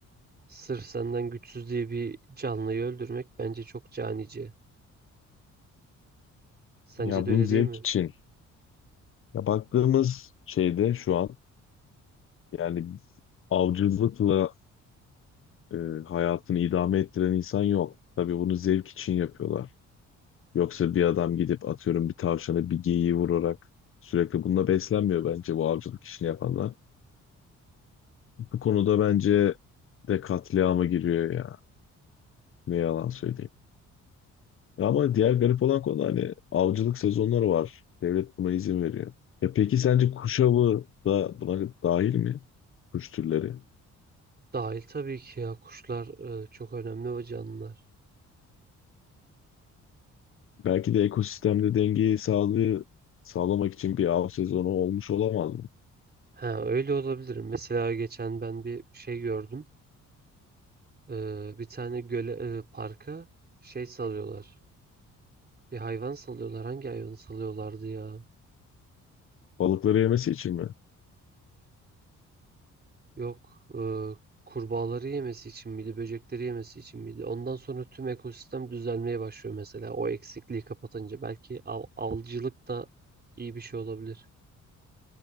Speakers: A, on the right (about 35°); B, on the left (about 45°).
A: sırf senden güçsüz diye bir canlıyı öldürmek bence çok canice. Sence
B: Ya
A: de
B: bunun
A: öyle
B: zevk
A: değil mi?
B: için. Ya baktığımız şeyde şu an yani avcılıkla e, hayatını idame ettiren insan yok. Tabii bunu zevk için yapıyorlar. Yoksa bir adam gidip atıyorum bir tavşanı bir geyiği vurarak sürekli bununla beslenmiyor bence bu avcılık işini yapanlar. Bu konuda bence de katliama giriyor ya. Ne yalan söyleyeyim. Ama diğer garip olan konu hani avcılık sezonları var. Devlet buna izin veriyor. E peki sence kuş avı da buna dahil mi? Kuş türleri.
A: Dahil tabii ki ya kuşlar e, çok önemli o canlılar.
B: Belki de ekosistemde dengeyi sağlığı sağlamak için bir av sezonu olmuş olamaz mı?
A: Ha öyle olabilir. Mesela geçen ben bir şey gördüm. Ee, bir tane göle, e, parka şey salıyorlar. Bir hayvan salıyorlar. Hangi hayvanı salıyorlardı ya?
B: Balıkları yemesi için mi?
A: Yok. e, kurbağaları yemesi için miydi? Böcekleri yemesi için miydi? Ondan sonra tüm ekosistem düzelmeye başlıyor mesela. O eksikliği kapatınca. Belki av, avcılık da iyi bir şey olabilir.